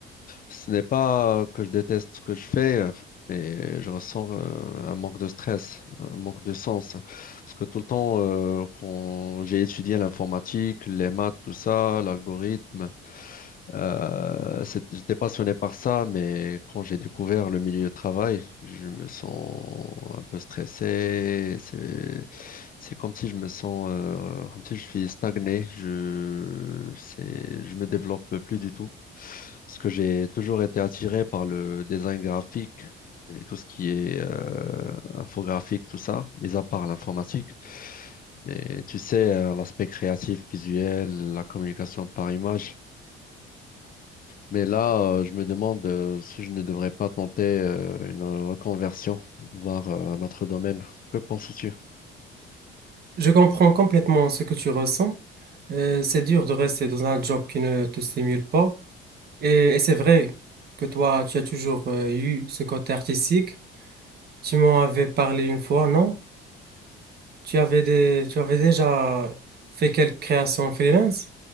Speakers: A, on the left; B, on the right.
A: Ce n'est pas que je déteste ce que je fais, euh, mais je ressens euh, un manque de stress, un manque de sens. Parce que tout le temps, euh, quand j'ai étudié l'informatique, les maths, tout ça, l'algorithme, euh, c'est- j'étais passionné par ça, mais quand j'ai découvert le milieu de travail, je me sens un peu stressé. C'est, c'est comme si je me sens, euh, comme si je suis stagné. Je, c'est, je me développe plus du tout. Parce que j'ai toujours été attiré par le design graphique et tout ce qui est euh, infographique, tout ça, mis à part l'informatique. Mais tu sais, euh, l'aspect créatif, visuel, la communication par image. Mais là, euh, je me demande euh, si je ne devrais pas tenter euh, une reconversion vers euh, notre domaine. Que penses-tu?
B: Je comprends complètement ce que tu ressens. Euh, c'est dur de rester dans un job qui ne te stimule pas. Et, et c'est vrai que toi, tu as toujours euh, eu ce côté artistique. Tu m'en avais parlé une fois, non? Tu avais des, tu avais déjà fait quelques créations freelance,